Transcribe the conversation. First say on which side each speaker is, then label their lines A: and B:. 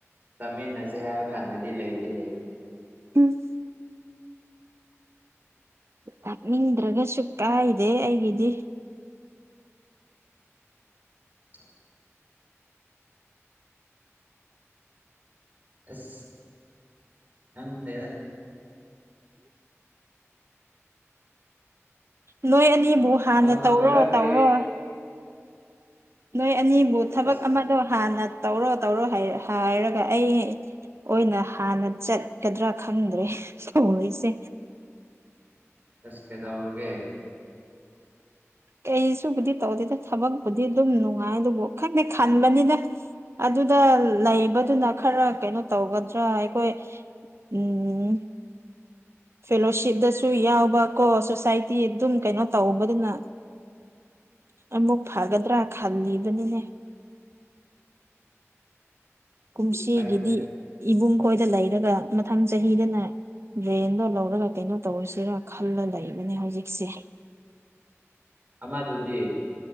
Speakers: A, on the right; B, on the right.
A: ꯆꯥ ꯃꯤꯟꯅꯁꯤ ꯍꯥꯢꯕꯀꯥꯟꯗꯗꯤ ꯂꯩꯇꯦ ꯂꯩꯇꯦ ꯍꯥꯢꯕ
B: ꯎꯝ ꯂꯥꯛꯅꯤꯡꯗ꯭ꯔꯒꯁꯨ ꯀꯥꯏꯗꯦ ꯑꯩꯒꯤꯗꯤ
A: <unintelligible> ꯑꯁ ꯈꯪꯗꯦꯗ
B: ꯅꯣꯏ ꯑꯅꯤꯕꯨ ꯍꯥꯟꯅ
A: ꯅꯣꯡꯃ
B: ꯇꯧꯔꯣ
A: ꯀꯣꯏꯔꯛꯀꯦ
B: ꯇꯧꯔꯣ ꯅꯣꯏ ꯑꯅꯤꯕꯨ ꯊꯕꯛ
A: ꯑꯁ
B: ꯑꯃꯗꯣ ꯍꯥꯟꯅ ꯇꯧꯔꯣ ꯇꯧꯔꯣ ꯍꯥꯢꯔ ꯍꯥꯏꯔꯒ ꯑꯩ ꯑꯣꯏꯅ ꯍꯥꯟꯅ ꯆꯠꯀꯗ꯭ꯔꯥ ꯈꯪꯗ꯭ꯔꯦ ꯇꯧꯔꯤꯁꯦ
A: ꯑꯁ ꯀꯩꯗꯧꯔꯒꯦ
B: ꯀꯩꯁꯨꯕꯨꯗꯤ ꯇꯧꯗꯦꯗ ꯊꯕꯛꯄꯨꯗꯤ ꯑꯗꯨꯝ ꯅꯨꯡꯉꯥꯏ ꯑꯗꯨꯕꯨ ꯈꯪꯗꯦ ꯈꯟꯕꯅꯤꯗ ꯑꯗꯨꯗ ꯂꯩꯕꯗꯨꯅ ꯈꯔ ꯀꯩꯅꯣ ꯇꯧꯒꯗ꯭ꯔꯥ ꯑꯩꯈꯣꯏ ꯎꯝ ꯐꯦꯂꯣꯁꯤꯞꯗꯁꯨ ꯌꯥꯎꯕ ꯀꯣ ꯁꯣꯁꯥꯏꯇꯤ ꯑꯗꯨꯝ ꯀꯩꯅꯣ ꯇꯧꯕꯗꯨꯅ ꯑꯃꯨꯛ ꯐꯒꯗ꯭ꯔꯥ ꯈꯜꯂꯤꯕꯅꯤꯅꯦ ꯀꯨꯝꯁꯤꯒꯤꯗꯤ
A: ꯐꯩꯅꯦ
B: ꯏꯕꯨꯡ ꯈꯣꯏꯗ ꯂꯩꯔꯒ ꯃꯊꯪ ꯆꯍꯤꯗꯅ ꯔꯦꯟꯗꯣ ꯂꯧꯔꯒ ꯀꯩꯅꯣ ꯇꯧꯔꯁꯤꯔꯥ ꯈꯜꯂ ꯂꯩꯕꯅꯦ ꯍꯧꯖꯤꯛꯁꯦ
A: ꯑꯃꯥꯗꯨꯗꯤ